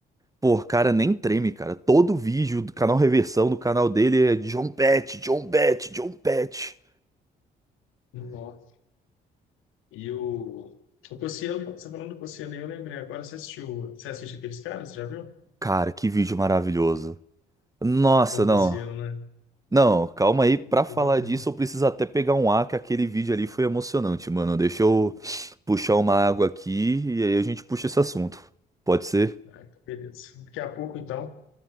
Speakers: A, on the right (about 15°); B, on the left (about 80°).
A: Pô, cara, nem treme, cara. Todo vídeo do canal Reversão, do canal dele é John Pet, John Pet, John Pet.
B: Nossa. E o, o Cossielo, você falando do Cossielo, aí, eu lembrei agora, você assistiu, você assiste aqueles caras, Você já viu?
A: Cara, que vídeo maravilhoso. Nossa,
B: Com o
A: não.
B: Cossielo, né?
A: Não, calma aí.
B: Ele
A: Pra
B: ficou
A: falar
B: bacana.
A: disso, eu preciso até pegar um ar, que aquele vídeo ali foi emocionante, mano. Deixa eu puxar uma água aqui e aí a gente puxa esse assunto. Pode ser?
B: Ah, então beleza. Daqui a pouco, então,